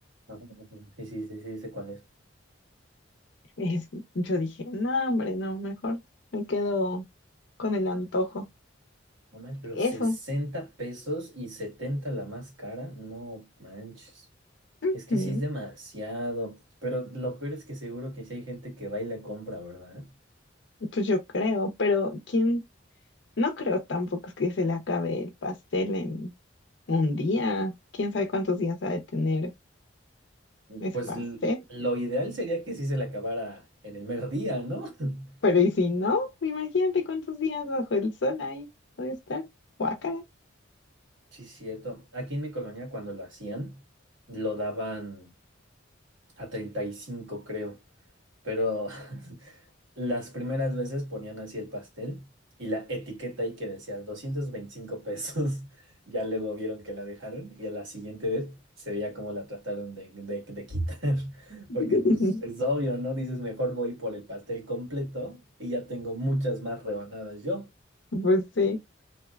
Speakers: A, on the right (about 80°); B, on the left (about 65°).
A: Ajá, ajá. Sí, sí, sí, sí, sé cuál es.
B: <laughs> Es- yo dije, no, hombre, no, mejor me quedo con el antojo.
A: No manches, pero
B: Eso,
A: 60 pesos y 70 la más cara, no manches.
B: mm,
A: Es que sí es demasiado. Pero lo peor es que seguro que sí hay gente que va y le compra, ¿verdad?
B: pues yo creo, pero quién, no creo tampoco que se le acabe el pastel en un día. ¿Quién sabe cuántos días ha de tener ese
A: Pues
B: pastel?
A: l- lo ideal sería que sí se la acabara en el mero día, ¿no? <laughs>
B: Pero y si no, imagínate cuántos días bajo el sol ahí puede estar. Guácala.
A: Sí, cierto. Aquí en mi colonia cuando lo hacían, lo daban a 35 creo. Pero <laughs> Las primeras veces ponían así el pastel y la etiqueta ahí que decía 225 pesos. <laughs> Ya luego vieron que la dejaron y a la siguiente vez se veía cómo la trataron de, de- de quitar. <laughs>
B: <laughs>
A: Porque pues es obvio, ¿no? Dices, mejor voy por el pastel completo y ya tengo muchas más rebanadas yo.
B: Pues sí.